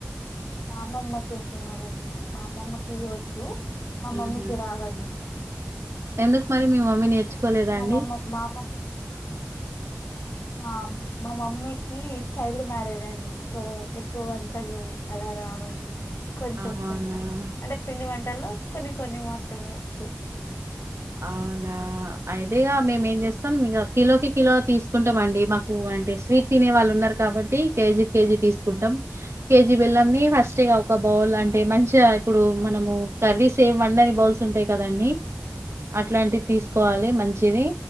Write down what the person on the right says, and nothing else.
మ్హూ.
ఎందుకు మరి మీ మమ్మీ నేర్చుకోలేదాండి
అవునా
అవునా, అయితే ఇగా మేము ఏం చేస్తాం ఇగా కిలోకి కిలో తీసుకుంటామండి, మాకు అంటే స్వీట్ తినే వాళ్ళు ఉన్నారు కాబట్టి కేజీకి కేజీ తీసుకుంటం, కేజీ బెల్లంని ఫస్ట్ ఇక ఒక బౌల్ అంటే, మంచిగా ఇప్పుడు మనము కర్రీస్ ఏం వండని బౌల్స్ ఉంటయి కదండి అట్లాంటిది తీసు కోవాలి మంచిది